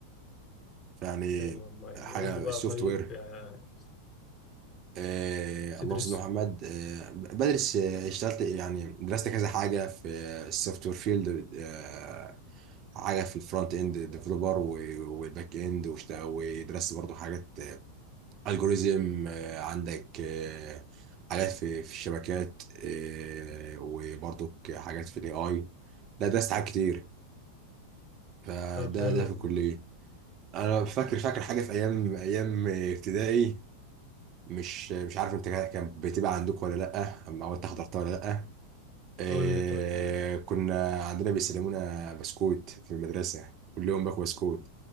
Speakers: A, on the right; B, on the left.
A: فيعني
B: حلو والله يعني
A: حاجه
B: قول لي بقى
A: السوفت
B: طيب
A: وير
B: آه،
A: آه
B: تدرس
A: اللهم صل على محمد آه بدرس آه اشتغلت يعني درست كذا حاجه في السوفت وير فيلد آه حاجه في الفرونت اند ديفلوبر والباك اند واشت- ودرست برضو حاجات الجوريزم عندك آه حاجات في في الشبكات آه وبرضو حاجات في الاي اي لا درست حاجات كتير فده
B: طب حلو
A: ده في
B: والله
A: الكليه انا فاكر فاكر حاجه في ايام ايام ابتدائي مش مش عارف انت كان بتبقى عندكم ولا لا أما هو انت حضرتها ولا لا إيه
B: قول لي طيب ايه
A: كنا عندنا بيسلمونا بسكوت في المدرسه كل يوم باكل بسكوت